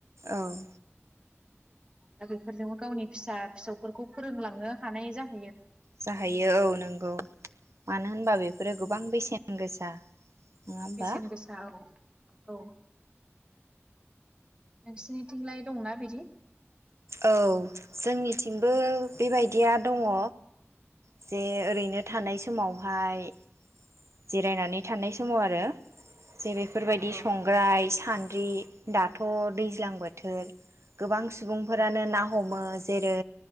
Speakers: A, on the right (about 75°); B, on the right (about 20°).
A: औ।
B: दा बेफोरजोंबो गावनि फिसा फिसौफोरखौ फोरोंलांनो हानाय जाहै
A: जाहैयो औ नंगौ मानो होनबा बेफोरो गोबां बेसेन गोसा नङा होमबा
B: बेसेन गोसा औ औ नोंसिनिथिंलाय दंना बिदि
A: औ जोंनिथिंबो बेबायदिया दंङ जे ओरैनो थानाय सम समावहाय जिरायनानै थानाय समाव आरो जे बेफोरबायदि
B: औ
A: संग्राय
B: औ
A: सान्द्रि दाथ दैज्लां बोथोर गोबां सुबुंफोरानो
B: औ
A: ना हमो जेरै